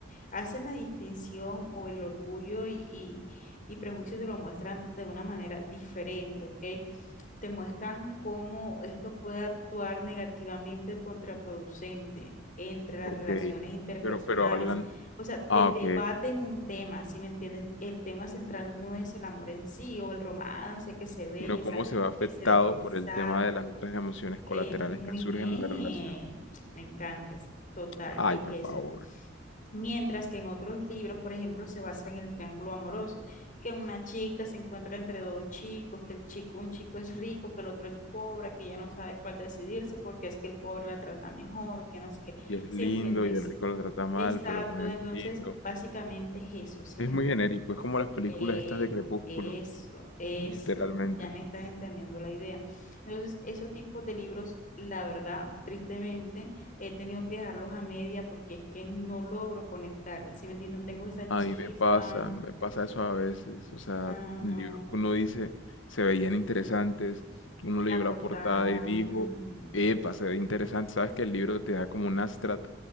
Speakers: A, on the left; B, on the left.
A: Hacen la distinción o el orgullo y, y, y prejuicio te lo muestran de una manera diferente, ¿ok? te muestran cómo esto puede actuar negativamente contraproducente entre las
B: Ok,
A: relaciones interpersonales.
B: pero, pero hablan,
A: O sea, te
B: ah,
A: debaten
B: ok,
A: un tema, ¿sí me entienden? El tema central no es el amor en sí o el romance que se besa,
B: sino cómo se ve afectado
A: que se... Exacto.
B: por el tema de las otras emociones colaterales
A: Eh, muy
B: que surgen
A: bien,
B: en la relación.
A: me encantas. Total,
B: Ay,
A: es
B: por
A: eso.
B: favor.
A: Mientras que en otros libros, por ejemplo, se basa en el triángulo amoroso, que una chica se encuentra entre dos chicos, que el chico, un chico es rico, que el otro es pobre, que ella no sabe cuál decidirse porque es que el pobre la trata mejor, que no sé qué.
B: Y es
A: ¿Sí
B: lindo,
A: entiendes?
B: y el rico lo trata mal,
A: Exacto,
B: pero también
A: entonces
B: es lindo.
A: básicamente es eso, ¿sí
B: Es
A: me entiendes?
B: muy genérico, es como las películas
A: Eh,
B: estas de Crepúsculo,
A: eso, eso,
B: literalmente.
A: ya me estás entendiendo la idea. Entonces, esos tipos de libros, la verdad, tristemente, he tenido que dejarlos a media porque es que no logro conectar, si me entiendes? No tengo esa chispa,
B: A mí me pasa, me pasa eso a veces, o sea,
A: ajá,
B: libros que uno dice se veían interesantes, uno leyó
A: la portada,
B: la portada y dijo,
A: ujú,
B: epa, se ve interesante, sabes que el libro te da como un abstract,